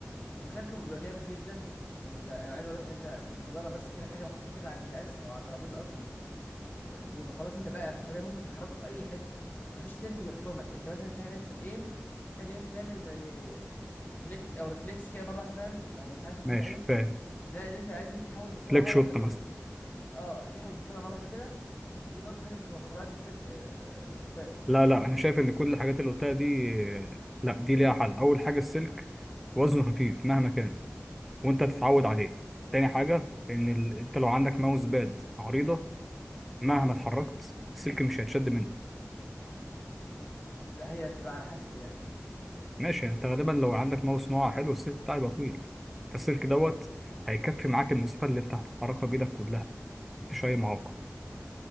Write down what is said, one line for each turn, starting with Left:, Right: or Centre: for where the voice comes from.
Left: وشكله بيبقى جامد جدا يعني انت انا عايز اقول لك ان انت مجرد بس كده حاجه محطوطه كده على الجهاز او على الترابيزه قصدي وخلاص انت بقى حريه ممكن تحركه في اي حته مفيش سلك بيحكمك انت مثلا في حاجات في الايم حاجه انت تعمل زي فليكس او ريفلكس كده مره واحده فاهم او مش عارف اسمها
Centre: ماشي
Left: ايه
Centre: فاهم
Left: ده اللي انت لازم تحاول بسرعه
Centre: لك
Left: مره
Centre: شوت
Left: واحده كده
Centre: مثلا
Left: اه تحاول بسرعه مره واحده كده فدي برضه حاجه مش هتوفرها لك السلك آه، يا استاذ
Centre: لا لا انا شايف ان كل الحاجات اللي قلتها دي لا دي ليها حل اول حاجه السلك وزنه خفيف مهما كان وانت تتعود عليه تاني حاجه ان ال... انت لو عندك ماوس باد عريضه مهما اتحركت السلك مش هيتشد منك
Left: لا هي بتبقى على حسب يعني
Centre: ماشي انت غالبا لو عندك ماوس نوع حلو السلك بتاعه يبقى طويل فالسلك دوت هيكفي معاك المسافه اللي انت هتتحركها بايدك كلها مفيش اي معوقه